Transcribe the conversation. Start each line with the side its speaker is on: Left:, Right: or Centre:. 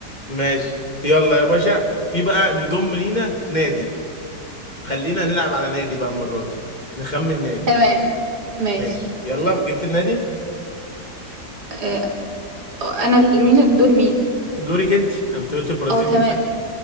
Left: ماشي يلا يا باشا في بقى نضم لينا نادي خلينا نلعب على نادي بقى المرة دي نخمن نادي
Right: تمام ماشي
Left: ماشي يلا جبت النادي
Right: آه، انا ال- مين الدور مين
Left: دورك انت انت قلت البرازيل
Right: اه تمام
Left: ماشي.